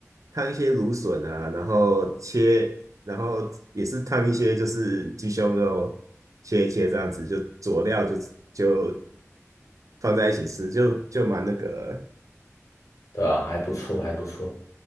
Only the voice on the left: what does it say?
对啊，还不错，还不错。